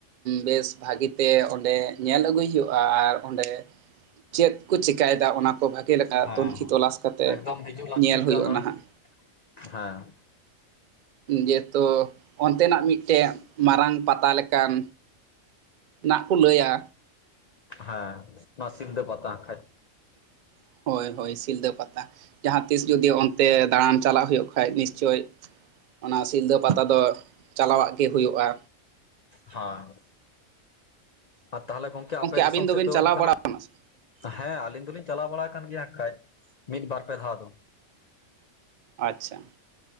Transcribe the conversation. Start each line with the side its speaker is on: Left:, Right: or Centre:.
Right: ᱵᱮᱥ ᱵᱷᱟᱹᱜᱤᱛᱮ ᱚᱸᱰᱮ ᱧᱮᱞ ᱟᱹᱜᱩᱭ ᱦᱩᱭᱩᱜᱼᱟ ᱟᱨ ᱚᱸᱰᱮ ᱪᱮᱫ ᱠᱚ ᱪᱮᱠᱟᱭᱮᱫᱟ ᱚᱱᱟ ᱠᱚ ᱵᱷᱟᱜᱮ ᱞᱮᱠᱟ
Left: ᱦᱮᱸ
Right: ᱛᱩᱱᱠᱷᱤ ᱛᱚᱞᱟᱥ ᱠᱟᱛᱮᱜ
Left: ᱮᱠᱫᱚᱢ ᱦᱤᱡᱩᱜ ᱞᱟᱹᱠᱛᱤᱜ
Right: ᱧᱮᱞ ᱦᱩᱭᱩᱜᱼᱟ
Left: ᱠᱟᱱᱟ
Right: ᱱᱟᱦᱟᱜ
Left: ᱦᱮᱸ
Right: ᱡᱮᱦᱮᱛᱩ ᱚᱱᱛᱮᱱᱟᱜ ᱢᱤᱫᱴᱮᱱ ᱢᱟᱨᱟᱝ ᱯᱟᱛᱟ ᱞᱮᱠᱟᱱ ᱱᱟᱜ ᱠᱚ ᱞᱟᱹᱭᱟ
Left: ᱦᱮᱸ ᱱᱚᱣᱟ ᱥᱤᱞᱫᱟᱹ ᱯᱟᱛᱟ ᱠᱷᱟᱡ
Right: <inaudible> ᱦᱳᱭ ᱦᱳᱭ ᱥᱤᱞᱫᱟᱹ ᱯᱟᱛᱟ ᱡᱟᱦᱟᱸ ᱛᱤᱥ ᱡᱩᱫᱤ ᱚᱱᱛᱮ ᱫᱟᱬᱟᱱ ᱪᱟᱞᱟᱜ ᱦᱩᱭᱩᱜ ᱠᱷᱟᱡ ᱱᱤᱥᱪᱳᱭ ᱚᱱᱟ ᱥᱤᱞᱫᱟᱹ ᱯᱟᱛᱟ ᱫᱚ ᱪᱟᱞᱟᱣᱟᱜ ᱜᱮ ᱦᱩᱭᱩᱜᱼᱟ
Left: ᱦᱮᱸ ᱟᱨ ᱛᱟᱦᱚᱞᱮ ᱜᱚᱝᱠᱮ ᱟᱯᱮ
Right: ᱟᱹᱵᱤᱱ
Left: ᱫᱤᱥᱚᱢ
Right: ᱫᱚᱵᱤᱱ
Left: ᱥᱮᱫ ᱫᱚ
Right: ᱪᱟᱞᱟᱣ
Left: ᱚᱱᱠᱟᱱᱟᱜ
Right: ᱵᱟᱲᱟ ᱟᱠᱟᱱᱟ ᱥᱮ?
Left: ᱦᱮᱸ ᱟᱹᱞᱤᱧ ᱫᱩᱞᱤᱧ ᱪᱟᱞᱟᱣ ᱵᱟᱲᱟ ᱟᱠ ᱠᱟᱱ ᱜᱮᱭᱟ ᱠᱷᱟᱱ ᱢᱤᱫ ᱵᱟᱨ ᱯᱮ ᱫᱷᱟᱣ ᱫᱚ
Right: ᱟᱪᱪᱷᱟ